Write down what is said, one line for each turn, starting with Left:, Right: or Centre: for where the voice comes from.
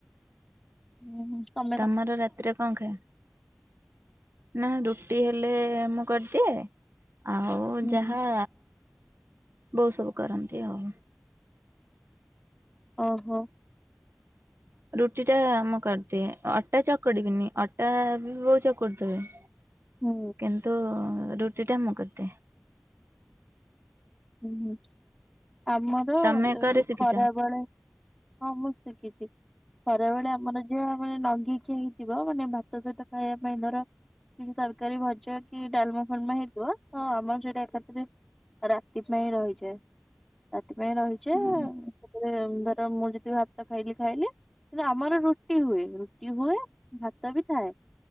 Centre: ହୁଁ କ
Right: ତମର ରାତିରେ କଣ ଖିଆ? ନା ରୁଟି ହେଲେ ମୁଁ କରିଦିଏ ଆଉ
Centre: ହୁଁ
Right: ଯାହା ବୋଉ ସବୁ କରନ୍ତି ଆଉ।
Centre: ଓହୋ
Right: ରୁଟି ଟା ମୁଁ କରିଦିଏ ଅଟା ଚକୁଡିବିନି ଅଟା ବି ବୋଉ ଚକୁଡି ଦେବେ।
Centre: ହୁଁ।
Right: କିନ୍ତୁ ରୁଟି ଟା ମୁଁ କରିଦିଏ।
Centre: ହୁଁ ହୁଁ ଆମର
Right: ତମେ କରି ଶିଖିଛ
Centre: ଖରାବେଳେ ହଁ ମୁଁ ଶିଖିଛି। ସରାବେଳେ ଆମର ଯହା ମାନେ ନଙ୍ଗି ଖିଆ ହେଇଥିବ ମାନେ ଭାତ ସହିତ ଖାଇବା ପାଇଁ ଧର କିଛି ତରକାରୀ ଭଜା କି ଡାଲମା ଫୁଲମା ହେଇଥିବ ତ ଆମର ସେଟା ଏକାଥରେ ରା ତି ପାଇଁ ରହିଯାଏ ରାତିପାଇଁ ରହିଯାଏ
Right: ହୁଁ
Centre: ଧର ମୁଁ ଯତିବି ଭାତ ଖାଇଲି ଖାଇଲି। କିନ୍ତୁ ଆମର ରୁଟି ହୁଏ ରୁଟି ହୁଏ ଭାତ ବି ଥାଏ।